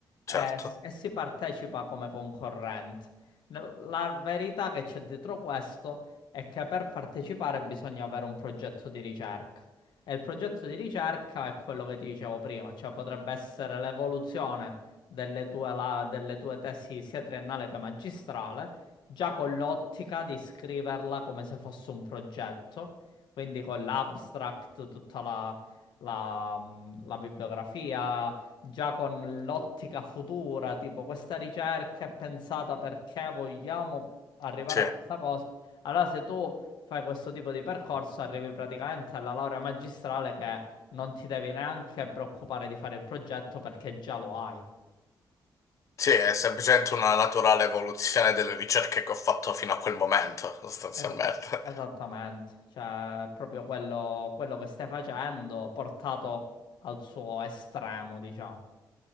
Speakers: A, on the left; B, on the left.
A: e,
B: Certo.
A: s- e si partecipa come concorrente. Nel- La verità che c'è dietro questo è che per partecipare bisogna avere un progetto di ricerca. E il progetto di ricerca è quello che ti dicevo prima, cioè potrebbe essere l'evoluzione delle tue, la- delle tue tesi sia triennale che magistrale già con l'ottica di scriverla come se fosse un progetto, quindi con l'abstract, tutta la, la, mh, la bibliografia, già con l'ottica futura, tipo questa ricerca è pensata perché vogliamo arrivare
B: Sì.
A: a questa cosa. Allora, se tu fai questo tipo di percorso, arrivi praticamente alla laurea magistrale che non ti devi neanche preoccupare di fare il progetto perché già lo hai.
B: Sì, è semplicemente una naturale evoluzione delle ricerche che ho fatto fino a quel momento, sostanzialmente.
A: Es- esattamente, cioè proprio quello, quello che stai facendo portato al suo estremo, diciamo.